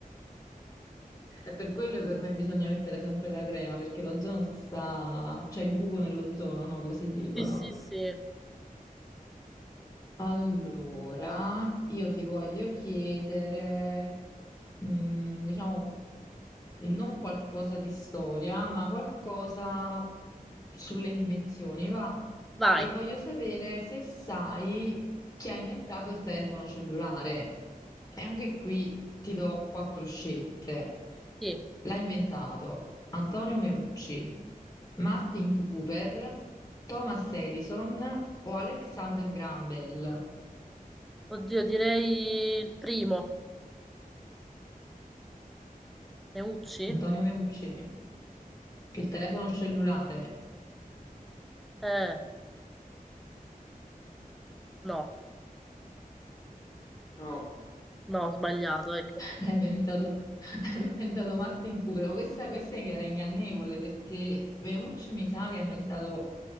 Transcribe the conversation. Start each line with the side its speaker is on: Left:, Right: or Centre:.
Left: È per quello che ormai bisogna mettere sempre la crema, perché l'ozono si sta... c'è il buco nell'ozono, no? Così dicono.
Centre: Sì, sì, sì.
Left: Allora, io ti voglio chiedere, mm, diciamo, non qualcosa di storia, ma qualcosa sulle invenzioni, va.
Centre: Vai.
Left: E voglio sapere se sai chi ha inventato il telefono cellulare. E anche qui ti do quattro scelte.
Centre: Sì.
Left: L'ha inventato Antonio Meucci, Martin Cooper, Thomas Edison o Alexander Graham Bell.
Centre: Oddio, direi il primo. Neucci?
Left: Antonio Meucci, il telefono cellulare.
Centre: Eh, no.
Left: No.
Centre: No, ho sbagliato, ecco.
Left: L'ha inventato, <laughs> l'ha inventato Martin Cooper. Ma Questa, questa era ingannevole perché Meucci mi sa che ha inventato